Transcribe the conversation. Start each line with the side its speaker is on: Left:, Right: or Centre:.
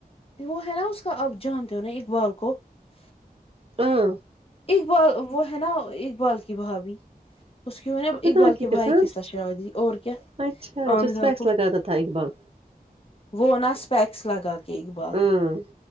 Left: وہ ہے نا اس کا آپ جانتے ہو نا اقبال کو رکو <unintelligible>
Right: ہاں <unintelligible>
Left: اقبال وہ ہے نا <unintelligible> ایک بال کی بھاابی <unintelligible> اس کی نا
Right: خدا
Left: اقبال
Right: کی
Left: کے بھائی
Right: قسم
Left: کے سھ شاادی اور کیا
Right: اچھا
Left: آامداب
Right: جو اسپیکس
Left: کو
Right: لگاتا تھا اقبال
Left: وہ ن <unintelligible> پییکس لگا <unintelligible> اقبال
Right: ہاں